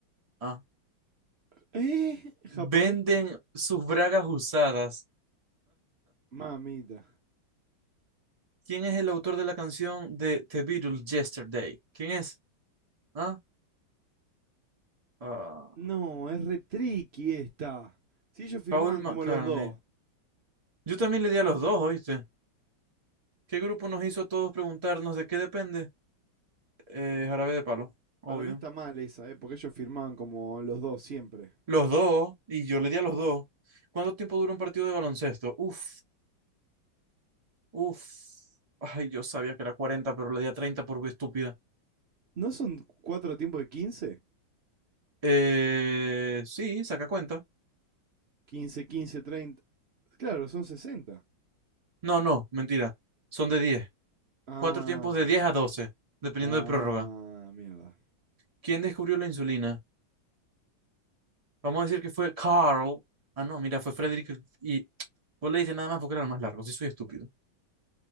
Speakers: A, on the right (about 25°); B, on the right (about 70°).
A: Ah.
B: ¿Eh? ¿Japonés?
A: Venden sus bragas usadas.
B: Mamita.
A: ¿Quién es el autor de la canción de The Beatles Yesterday? ¿Quién es? ¿Ah? ah,
B: No, es re tricky esta. Si ellos firmaban
A: Paul McCartney.
B: como los dos.
A: Yo también le di a los dos, ¿oíste? ¿Qué grupo nos hizo a todos preguntarnos de qué depende? Eh, Jarabe de Palo, obvio.
B: Para mí está mal esa, ¿eh? Porque ellos firmaban como los dos siempre.
A: Los dos, y yo le di a los dos. ¿Cuánto tiempo dura un partido de baloncesto? Uf, uf. Ay, yo sabía que era 40, pero le di a 30 por estúpida.
B: ¿No son cuatro tiempos de 15?
A: Eh, sí, saca cuenta.
B: 15, 15 30, Claro, son 60.
A: No, no, mentira. Son de 10.
B: Ah,
A: Cuatro tiempos de 10 a 12, dependiendo
B: ah,
A: de prórroga.
B: mierda.
A: ¿Quién descubrió la insulina? Vamos a decir que fue Carl. Ah, no, mira, fue Frederick y vos le dices nada más porque era el más largo, sí soy estúpido.